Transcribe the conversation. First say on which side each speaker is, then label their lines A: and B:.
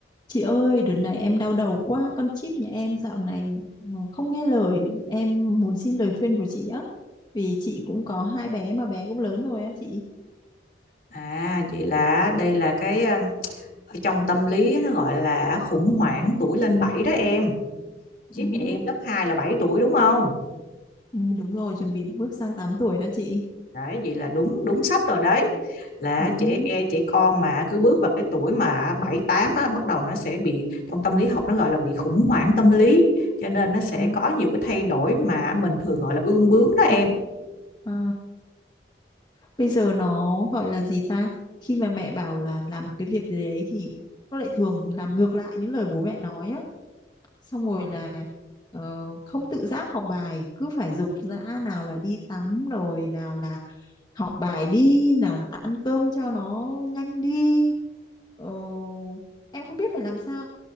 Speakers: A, on the left; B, on the left.
A: Chị ơi, đợt này em đau đầu quá, con chip nhà em dạo này ờ, không nghe lời. Em muốn xin lời khuyên của chị á. Vì chị cũng có hai bé mà bé cũng lớn rồi á chị.
B: À, vậy là đây là cái um, ở trong tâm lý nó gọi là khủng hoảng tuổi lên 7 đó em. Chiếc
A: Ừ,
B: nhà em lớp 2 là 7 tuổi đúng không?
A: ừ, đúng rồi, chuẩn bị bước sang 8 tuổi đó chị.
B: Đấy, vậy là đúng đúng sách rồi đấy. Là
A: Ừ,
B: trẻ e trẻ con mà cứ bước vào cái tuổi mà 7 8 á bắt đầu nó sẽ bị trong tâm lý học nó gọi là bị khủng hoảng tâm lý. Cho nên nó sẽ
A: ừ,
B: có nhiều cái thay đổi mà mình thường gọi là ương bướng đó em.
A: tâm sinh lý. Ờ, bây giờ nó gọi là gì ta? Khi mà mẹ bảo là làm một cái việc gì đấy thì nó lại thường làm ngược lại những lời bố mẹ nói á. xong rồi là ờ, không tự giác học bài cứ phải giục giã nào là đi tắm rồi nào là học bài đi nào là ăn cơm cho nó nhanh đi Ờ, em không biết phải làm sao